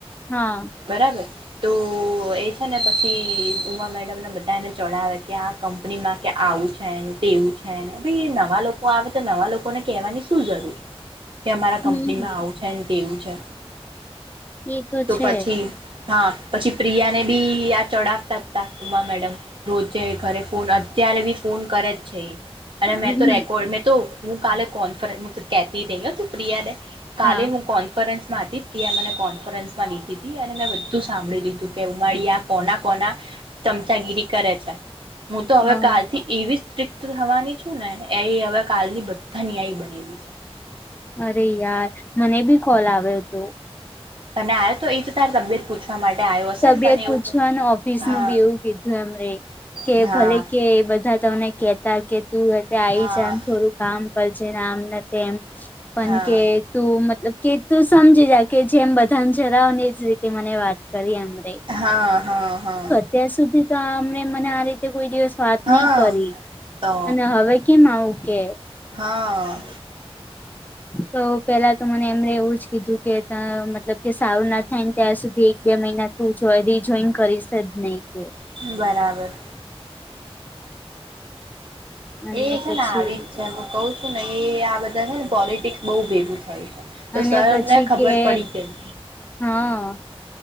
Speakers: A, on the left (about 15°); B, on the right (about 55°).
A: હા.
B: બરાબર, તો એ છે ને પછી ઉમા મે તમને બધા એને ચડાવે કે આ કંપનીમાં કે આવું છેને તેવું છે ને ભ નવા લોકો તો આવે તો નવા લોકોને કહેવાની શું જરૂર.
A: <inaudible>
B: કે અમારા
A: હમ
B: કંપનીમાં આવું છે તેવું છે,
A: એ
B: તો
A: છે
B: પછી હા પછી પ્રિયા ને બી આ ચડાવતા જ હતા. ઉમા મેડમ રોજે ઘરે ફોન અત્યારે બી ફોન કરે જ છે. અને
A: હમ,
B: મેં તો રેકોર્ડ મેં તો હું કાલે કોન્ફરન્સ કેતી નહીં તું પ્રિયાનેે. કાલે
A: હા
B: હું કો કોન્ફરન્સમાં હતી ત્યાં મને કોન્ફરન્સમાં લીધી હતી અને મેં બધું સાંભળી લીધું કે ઉમાળિયા કોના કોના ચમચાગીરી કરે છે, હું તો હવે
A: અ
B: કાલથી એવી થવાની છું ને એ હવે કાલની બધા ની આઈ બનેલી છે.
A: અરે યાર મને બી કોલ આવતો હતો.
B: અને આરો તો એ તારી તબિયત પૂછવા માટે આવ્યો હશે
A: તબિયત
B: ને તને
A: પૂછવાનું
B: એવું
A: ઓફિસ
B: હા
A: નું બી એવું કીધું એમરે. કે
B: હા
A: ભલે કે બધા તમને કેતા કે તું આવી
B: હા
A: જાને થોડું કામ કરજે ને આમ તેમ. પણ
B: હા
A: કે તું મતલબ કે તું સમજી જા કે જેમ બધાને જરાવ ને. મને વાત કરી અમે.
B: હા હા હા.
A: ત્યાં સુધી તો અમને મને આ રીતે કોઈ દિવસ વાત
B: હા
A: નહી કરી,
B: તો
A: અને હવે ઓમાં ઓકે.
B: હા.
A: તો પેલા તો મને એમણે એવું જ કીધું કે મતલબ કે સારું ના થાય ને ત્યાં સુધી એક બે મહિના તું જો દ જોઈન કરીશ જ નહી કે.
B: બરાબર.
A: અને
B: એ છે
A: પછી
B: ને આવી જ છે હું કઉ છું ને એ આ બધા છે ને પોલિટિક્સ બઉુ ભેગું થયું છે. તો
A: અને
B: સરને
A: પછી
B: ખબર
A: કે
B: પડી ગઈ.
A: હા,